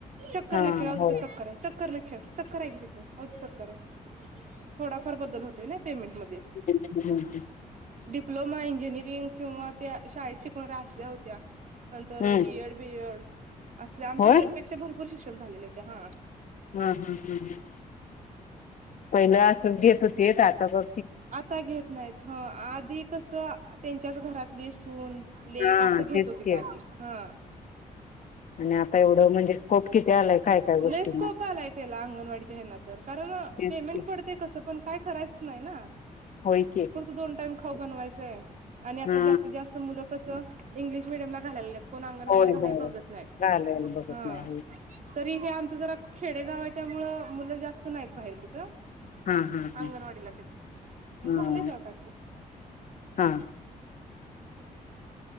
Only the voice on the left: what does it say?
हा
हो
<unintelligible>
हम्म
होय
हम् हम् हम् हम्, पहिलं असच घेत होती येत आता जरा
हा
तेच
की
आणि आता एवढं म्हणजे स्कोप किती आलाय काय काय गोष्टींना
तेच
की
होय की
हा
होय
होय
घालायला बघत
नाही होय
हा हा हा
हा
हा.